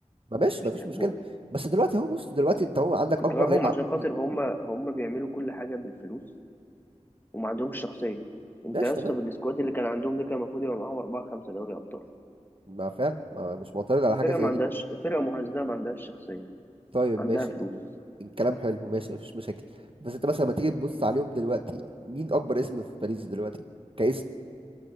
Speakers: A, on the right (about 45°); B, on the left (about 15°).
A: ما ماشي
B: مش
A: ما
B: تحبهم
A: فيش مشكله بس دلوقتي اهو بص دلوقتي انت هو عندك
B: تكرههم
A: اكبر لعيب عندهم
B: عشان خاطر
A: مين
B: هم هم بيعملوا كل حاجه بالفلوس وما عندهمش شخصيه انت
A: ماشي
B: يا
A: تمام
B: اسطى بالسكواد اللي كان عندهم ده كان المفروض يبقى معاهم اربعه خمسه دوري ابطال
A: ما فعلا ما مش معترض على حاجه
B: فرقه
A: زي
B: ما عندهاش
A: دي
B: فرقه مهزله ما عندهاش شخصيه
A: طيب
B: عندها
A: ماشي
B: فلوس
A: كلام حلو ماشي مفيش مشاكل بس انت مثلا لما تيجي تبص عليهم دلوقتي مين اكبر اسم في باريس دلوقتي كاسم